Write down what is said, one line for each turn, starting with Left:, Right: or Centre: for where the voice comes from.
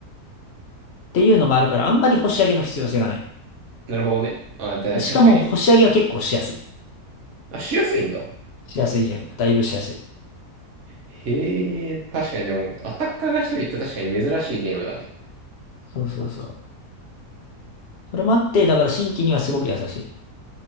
Left: ていうのがあるから、あんまり星上げの必要性がない。
Right: なるほどね。あ、だ、
Left: でしかも、
Right: 確かに。
Left: 星上げは結構しやすい。
Right: あ、しやすいんだ。
Left: しやすいゲーム。だいぶしやすい。
Right: へえ、確かにでも、アタッカーが一人って確かに珍しいゲームだね。
Left: そうそうそう。それもあって、だから新規にはすごく優しい。